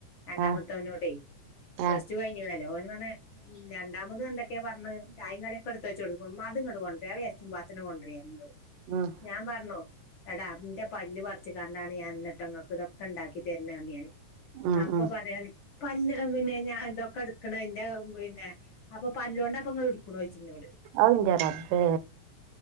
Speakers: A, on the left; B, on the right.
A: രണ്ടാമത്തെ
B: ആഹ്
A: മോനോട്- പ്ലസ്
B: ആഹ്
A: ടു കഴിഞ്ഞോല്ലേ ഓന് പറഞ്ഞ ഉം രണ്ടാമത് എന്തൊക്കെയ പറഞ് ചായ കടിയൊക്കെ എടുത്ത് വച്ച് കൊടുക്ക ഉമ്മ അതുങ്ങട് കൊണ്ടര് ആ വേസ്റ്റ് പാത്രം ഇങ്ങട്ട് കൊണ്ടര് പ-
B: ആഹ്
A: ഞാൻ പറഞ്ഞു എടാ ന്റെ പല്ല് പറിച്ച് കോണ്ടാണ് ഞാന് ന്നിട്ട് നിങ്ങക്ക് ഇതൊക്കെ ഉണ്ടാക്കി തരണത് ഞാന്
B: ഉം
A: അപ്പൊ
B: ഉം
A: പറയാണ് പല്ലൊക്കെ പിന്നെ ഞാൻ ഇതൊക്കെ എടുക്കണ ന്റെ പിന്നെ അപ്പൊ പല്ലോണ്ട അപ്പൊ ങ്ങൾ എടുക്കണത് ചോദിച്ചെന്നെട്
B: ആവൂ ഇന്റെ റബ്ബേ